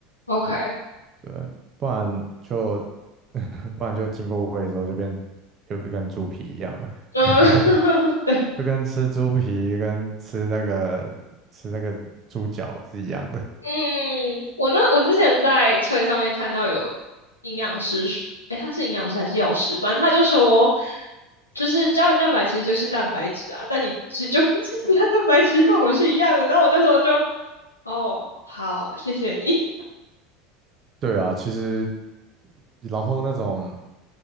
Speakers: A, on the left; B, on the right.
A: ？OK，
B: 对，不然就 <laughs> 不然就经过胃之后就变就跟猪皮一样了，
A: 嗯
B: <laughs>
A: <laughs>
B: 就跟吃猪皮跟吃那个吃那个猪脚是一样的。
A: 嗯，我那我之前在翠上面看到有营养师，诶，他是营养师还是药师？反正他就说，就是胶原蛋白其实就是蛋白质啊，那你其实就跟 <laughs> 吃其他蛋白质效果是一样的。那我那时候就，哦，好，谢谢你。
B: 对啊，其实然后那种